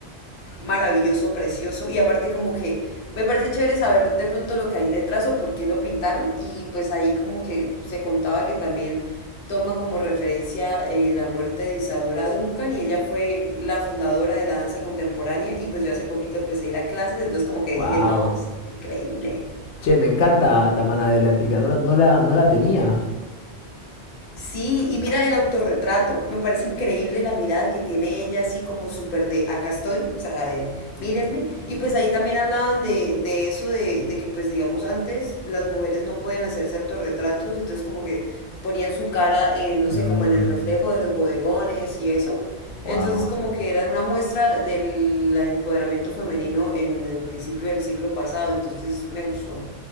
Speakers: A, on the left; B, on the left.
A: maravilloso, precioso y aparte como que me parece chévere saber de pronto lo que hay detrás o por qué lo pintaron y pues ahí como que se contaba que también toma como referencia eh, la muerte de Isadora Duncan y ella fue la fundadora de la danza contemporánea y pues yo hace poquito empecé a ir a clases, entonces como que
B: Wow.
A: dije, no, es increíble.
B: Che, me encanta Tamana de la en Pica. No, la- no la, no la tenía.
A: Sí, y mira el autorretrato, me parece increíble la mirada que tiene ella, así como súper de acá estoy, o sea, de mírenme. Y pues ahí también hablaban de, de eso, de, de que pues digamos antes las mujeres no pueden hacerse autorretratos, entonces como que ponían su cara, eh, no
B: Mmm,
A: sé, como en el reflejo de los bodegones y eso.
B: wow.
A: Entonces como que era una muestra del empoderamiento femenino en el principio del siglo pasado, entonces me gustó.